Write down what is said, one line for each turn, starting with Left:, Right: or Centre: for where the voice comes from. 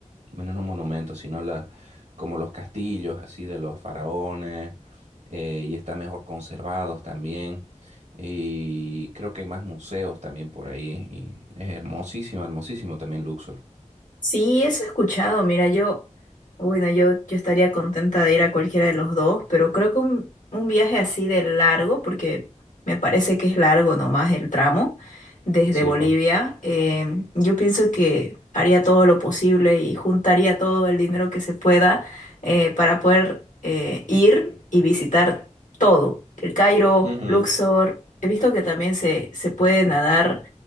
Right: bueno, no monumentos, sino las, como los castillos así de los faraones, eh, y están mejor conservados también. Y creo que hay más museos también por ahí, y es hermosísimo, hermosísimo también Luxor.
Left: Sí, eso he escuchado. Mira, yo, bueno, yo, yo estaría contenta de ir a cualquiera de los dos, pero creo que un, un viaje así de largo, porque me parece que es largo nomás el tramo desde
Right: Sí,
Left: Bolivia,
Right: pa.
Left: eh, yo pienso que haría todo lo posible y juntaría todo el dinero que se pueda eh, para poder eh, ir y visitar todo. El Cairo,
Right: Ujú.
Left: Luxor, he visto que también se, se puede nadar